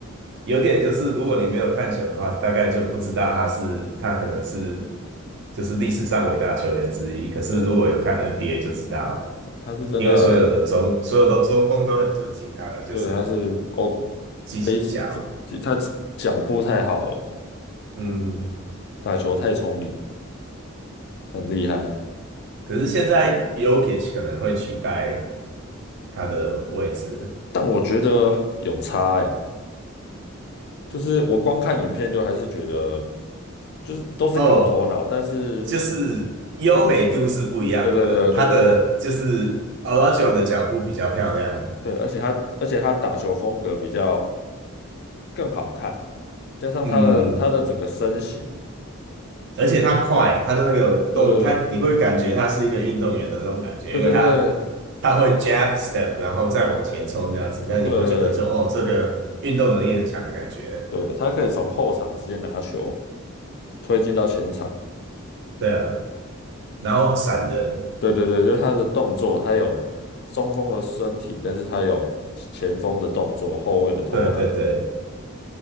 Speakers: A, on the right (about 55°); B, on the left (about 50°).
A: 有点，就是如果你没有看球的话，大概就不知道他是他可能是就是历史上伟大球员之一。可是如果有看
B: 对，
A: NBA 就知道，
B: 他是真的，
A: 因为所有的中所有的中锋都很尊敬他的就是
B: 对，他是欧
A: 技巧。
B: 飞非他脚步太好了，
A: 嗯，
B: 打球太聪明，很厉害。
A: 可是现在 y o k i c 可能会取代他的位置
B: 但我觉得有差欸，就是我光看影片就还是觉得，就是都是靠头脑，
A: 哦，
B: 但是
A: 就是优美度是不一样的，
B: 也对对对对对对
A: 他的就是 o l a j o 的脚步比较漂亮。
B: 对，而且他而且他打球风格比较更好看，加上他的他的整个身形，
A: 嗯嗯，而且他快，他的那个动，
B: 对对
A: 他你会感觉他是一个运动员的那种感觉，
B: 对对对对
A: 因为他他会 jab step，然后再往前冲这样子，那你会觉得就哦，
B: 对
A: 这个运动能力很强的感觉，
B: 对，他可以从后场直接拿球推进到前场，
A: 对啊，然后闪人，
B: 对对对，就是他的动作，他有中锋的身体，但是他有前锋的动作，后卫的投篮。
A: 对对对，